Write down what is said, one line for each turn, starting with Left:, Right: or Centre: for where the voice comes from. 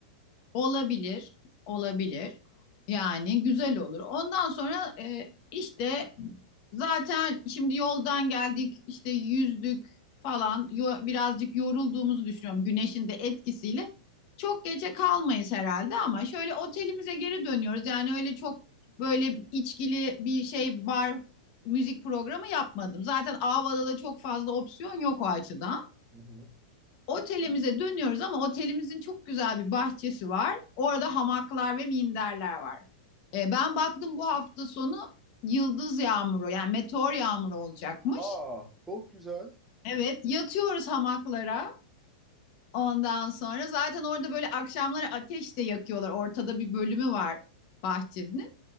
Left: Olabilir, olabilir. Yani güzel olur. Ondan sonra e, işte zaten şimdi yoldan geldik, işte yüzdük falan. Yo- birazcık yorulduğumuzu düşünüyorum güneşin de etkisiyle. Çok gece kalmayız herhalde ama şöyle otelimize geri dönüyoruz. Yani öyle çok böyle içkili bir şey bar müzik programı yapmadım. Zaten Ava'da da çok fazla opsiyon yok o açıdan.
Centre: Hı hı.
Left: Otelimize dönüyoruz ama otelimizin çok güzel bir bahçesi var. Orada hamaklar ve minderler var. E, ben baktım bu hafta sonu yıldız yağmuru yani meteor yağmuru olacakmış.
Centre: Aa, çok güzel.
Left: Evet yatıyoruz hamaklara. Ondan sonra zaten orada böyle akşamları ateş de yakıyorlar. Ortada bir bölümü var bahçenin.